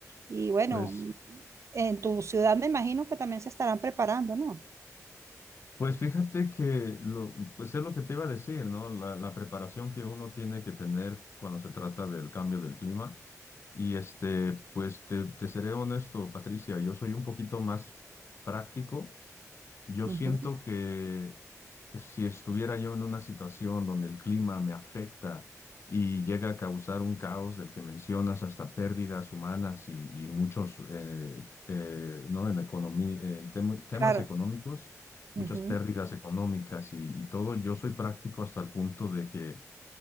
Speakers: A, on the right; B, on the left.
A: Y bueno,
B: Pues,
A: en tu ciudad me imagino que también se estarán preparando, ¿no?
B: pues fíjate que lo, pues es lo que te iba a decir, ¿no? La, la preparación que uno tiene que tener cuando se trata del cambio del clima. Y este, pues te, te seré honesto, Patricia, yo soy un poquito más práctico. Yo
A: Ujú,
B: siento que si estuviera yo en una situación donde el clima me afecta y llega a causar un caos del que mencionas, hasta pérdidas humanas y, y muchos, eh, eh, ¿no? En economía, en tem- temas
A: Claro,
B: económicos, muchas
A: ujú,
B: pérdidas económicas y, y todo, yo soy práctico hasta el punto de que